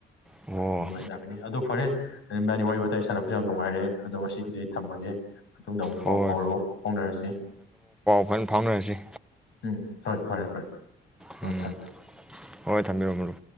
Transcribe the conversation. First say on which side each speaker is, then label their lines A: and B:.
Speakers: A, in the centre; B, on the left (about 70°).
A: ꯑꯣ
B: ꯑꯗꯨꯃꯥꯏꯅ ꯂꯥꯛꯀꯅꯤ ꯑꯗꯨꯣ ꯐꯔꯦ ꯑꯗꯨꯕꯥꯅꯤ ꯋꯥꯔꯤ ꯋꯥꯇꯥꯏ ꯁꯥꯟꯅꯕ ꯍꯧ ꯌꯥꯝ ꯅꯨꯡꯉꯥꯏꯔꯦ ꯑꯗꯣ ꯉꯁꯤꯒꯤꯗꯤ ꯑꯩ ꯊꯝꯃꯒꯦ ꯃꯇꯨꯡꯗ ꯑꯃꯨꯛ
A: ꯍꯣꯏ
B: ꯄꯥꯎ ꯐꯥꯎꯔꯛꯎ ꯐꯥꯎꯅꯔꯁꯤ
A: ꯑꯩꯈꯣꯏꯅ ꯐꯥꯎꯅꯔꯁꯤ
B: ꯎꯝ ꯍꯣꯏ ꯐꯔꯦ ꯐꯔꯦ ꯍꯣꯏ
A: ꯎꯝ
B: ꯊꯝꯖꯃꯦ
A: ꯍꯣꯏ ꯊꯝꯕꯤꯔꯣꯝꯃꯣ